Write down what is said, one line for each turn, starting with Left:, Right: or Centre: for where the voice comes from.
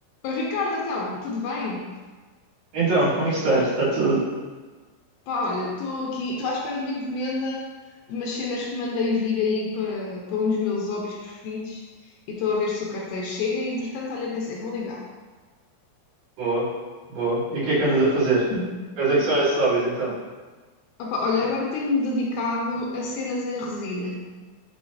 Left: Oh, Ricardo, então, tudo bem?
Right: Então, como é que estás? Está tudo?
Left: Pá, olha, estou aqui, estou à espera de uma encomenda de umas cenas que mandei vir aí para para um dos meus hobbies preferidos e estou a ver se o carteiro chega e, entretanto, olha, pensei, vou ligar.
Right: Boa, boa. E o que é que andas a fazer?
Left: Uhum.
Right: Quais é que são esses hobbies então?
Left: Opa, olha, agora tenho-me dedicado a cenas em resina,